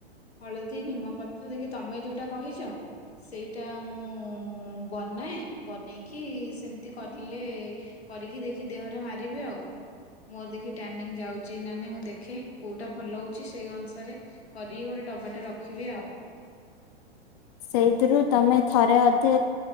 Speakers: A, on the left; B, on the left.
A: ହଳଦୀ ନିମ ପ ତ ଦେଖି ତମେ ଯୋଉଟା କହିଛ ସେଇଟା ମୁଁ ବନାଏ ବନେଇକି ସେମିତି କରଲେ କରିକି ଦେଖି ଦେହରେ ମାରିଵେ ଆଉ। ମୋର ଦେଖି ଟାନିଂ ଯାଉଛି ନା ନାଇଁ ମୁଁ ଦେଖେ କୋଉଟା ଭଲ ହଉଛି ସେଇ ଅନୁସାରେ କରିକି ଗୋଟେ ଡବାଟେ ରଖିବି ଆଉ।
B: ସେଇଥିରୁ ତମେ ଥରେ ଅଧେ